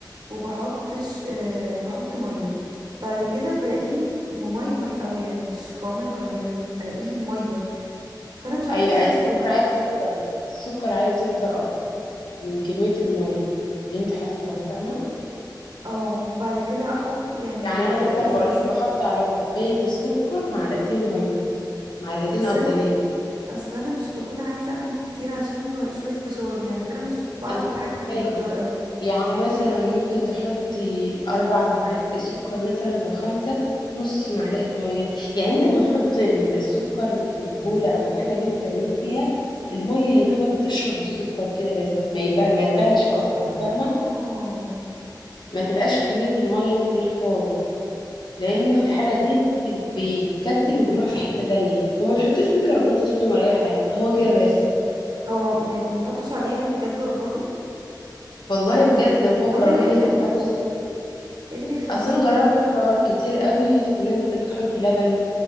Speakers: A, on the right; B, on the left.
A: وبحط ش... آه، بحط ميه بعد كده بلاقيه ممي مي قوي يعني مش قوام الكراميل الاقيه ميه فانا مش عارفه
B: أيوة
A: ازاي
B: عايز
A: اظبطه
B: السكر عايز يكتر السكر عايز يكتر أكتر من كمية المية اللي انت حطاها فاهمة
A: اه بعد كده احطه يعني
B: يعني أنا
A: آه، قد
B: مثلا
A: ايه
B: بقولك
A: مثلا
B: بحط على كوباية السكر معلقتين مية معلقتين
A: بس
B: أو
A: انا
B: تلاتة
A: اصل انا مش بكون عايزه اعمل كتير عشان هو شويه فشار يعني فانا مش بعرف
B: أنا
A: اتحكم
B: فاهماكي
A: في المقدار قوي
B: يعني مثلا ممكن تحطي أربع معالق سكر مثلا أو خمسة نص معلقة مية يعني أنت ما تحط ال- السكر في البولة أو الحاجة اللي أنت تعملي فيها المية يا دوبك تشرب السكر كده بس ما يبقى ما تبانش أصلا فاهمة
A: اه
B: ما تبقاش كمية المية كتير خالص لأن
A: طيب
B: في الحالة دي أنت بيكتل وبيروح في حتة تانية وما تحطيش بيكربونات صوديوم ولا أي حاجة هو كده بس
A: هو ما ما ما احطش عليه يعني بجد والله
B: والله
A: امال
B: بجد هو
A: امال
B: الكراميل
A: ايه اللي
B: اللي
A: بيخليه
B: بيطلع بيظبط
A: ايه اللي بيخليه
B: اصل انا جربت حوار كتير قوي الناس بتقول لك حطي لبن